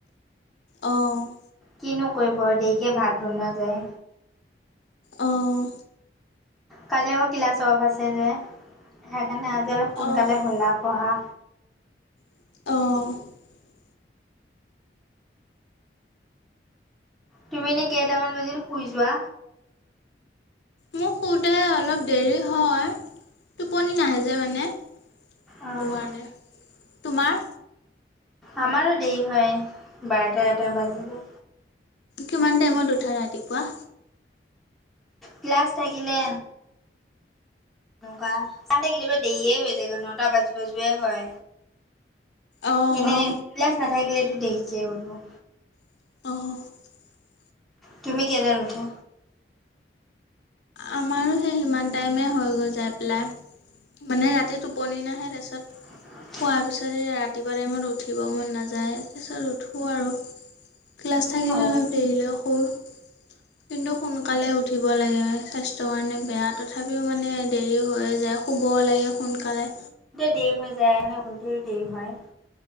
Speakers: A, on the left; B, in the centre.
A: অ'
B: কিনো কৰিব দেৰিকৈ ভাত বনোৱা যায়।
A: অ'
B: কালি আকৌ ক্লাছ অফ আছে যে সেইকাৰণে আজি অলপ সোনকালে
A: অ',
B: হ'লা পঢ়া
A: অ'
B: তুমি এনে কেইটামান বজি শুই যোৱা।
A: মোক শুওতে অলপ দেৰি হয় টোপনি নাহে যে মানে সেইটো
B: অঁ
A: কাৰণে তোমাৰ।
B: আমাৰো দেৰি হয় বাৰটা এটা বাজিল।
A: কিমান টাইমত উঠা ৰাতিপুৱা।
B: ক্লাছ থাকিলে তেনেকুৱা ততে কেতিয়াবা দেৰিয়ে হৈ যায়গৈ নটা বাজু বাজুৱে হয়।
A: অ',
B: এনে নাথাকিলেো দেৰিকে উঠো
A: অ'
B: তুমি কেইটাত উঠা
A: আমাৰো সেই সিমান টাইমে হৈ গৈ যায়। লাই মানে ৰাতি টোপনি নাহে তাৰপিছত।
B: অ',
A: খোৱাৰ পিছতে ৰাতিপুৱা টাইমত উঠিব মন নাযায় তাৰপিছত উঠো আৰু। ক্লাছ থাকিলে
B: অ
A: অলপ দেৰিলৈ সুৰ কিন্তু সোনকালে উঠিব লাগে। স্বাস্থ্যৰ কাৰণে বেয়া তথাপিও মানে দেৰি হৈ যায় শুব লাগে সোনকালে।
B: গৰুতে দেৰি হৈ যায়ে গৰুতেও দেৰি হয়।